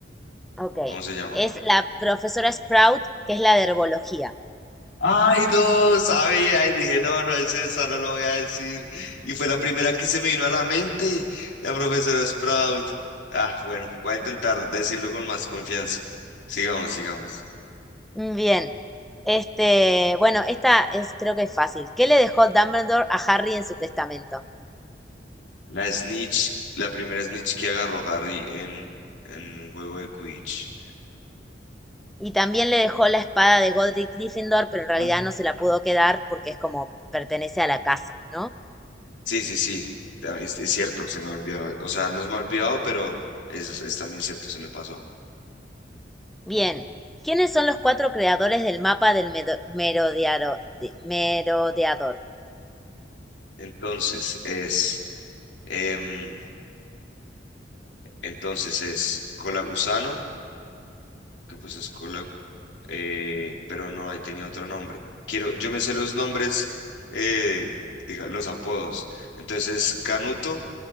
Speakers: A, in the centre; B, on the left.
A: Ok,
B: ¿Cómo se llama?
A: es la profesora Sprout, que es la de herbología.
B: Ay, no, sabía, y dije, no, no es eso. no lo voy a decir. Y fue la primera que se me vino a la mente, la profesora Sprout. Ah, bueno, voy a intentar decirlo con más confianza. Sigamos, sigamos.
A: Mm, Bien. Este, bueno, esta es creo que es fácil. ¿Qué le dejó Dumbledore a Harry en su testamento?
B: La snitch, la primera snitch que agarró Harry en, en un juego de Quidditch.
A: Y también le dejó la espada de Godric Gryffindor, pero en realidad
B: Ah.
A: no se la pudo quedar porque es como pertenece a la casa, ¿no?
B: Sí, sí, sí, ta- es, es cierto, se me ha olvidado. O sea, no se me ha olvidado, pero es, es también cierto, se me pasó.
A: Bien. ¿Quiénes son los cuatro creadores del mapa del medo- merodearo- de- merodeador?
B: Entonces es, em, entonces es Colagusano que pues es cola, eh, pero no, ahí tenía otro nombre. Quiero, yo me sé los nombres, eh, diga, los apodos. Entonces, Canuto,